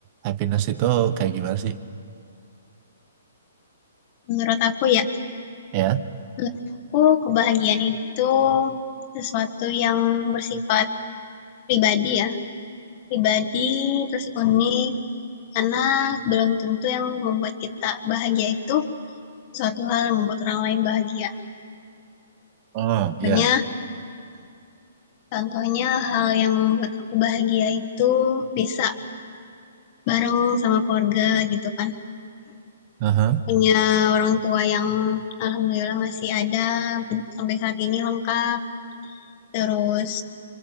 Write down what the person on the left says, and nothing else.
Menurut aku ya,
menurut aku kebahagiaan itu sesuatu yang bersifat pribadi ya, pribadi terus unik karena belum tentu yang membuat kita bahagia itu sesuatu hal yang membuat orang lain bahagia.
banyak Contohnya hal yang membuat aku bahagia itu bisa bareng sama keluarga gitu kan.
Punya orang tua yang alhamdulillah masih ada sampai saat ini lengkap. Terus